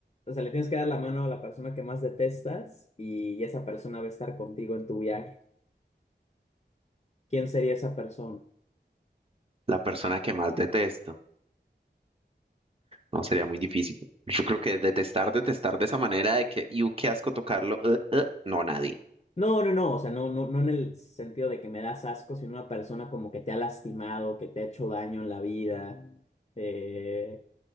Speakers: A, on the left; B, on the right.
A: o sea, le tienes que dar la mano a la persona que más detestas y esa persona va a estar contigo en tu viaje. ¿Quién sería esa persona?
B: La persona que más detesto. No, sería muy difícil. Yo creo que detestar, detestar de esa manera de que, y qué asco tocarlo. eh, eh", no, nadie.
A: No, no, no, o sea, no, no, no en el sentido de que me das asco, sino una persona como que te ha lastimado, que te ha hecho daño en la vida, eh,